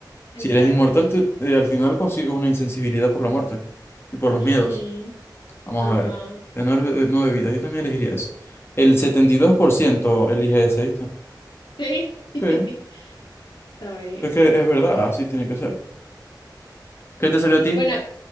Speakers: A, on the left; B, on the left.
A: exacto.
B: Si eres inmortal, te- eh, al final consigues una insensibilidad por la muerte y por los
A: Ujú,
B: miedos. Vamos
A: Ajá.
B: a ver. Tener nueve nueve vidas, yo también elegiría eso. El 72% elige ese, ¿viste?
A: Sí. <laughs>
B: Sí,
A: Está bien.
B: es que es verdad, así tiene que ser. ¿Qué te salió a ti?
A: Bueno,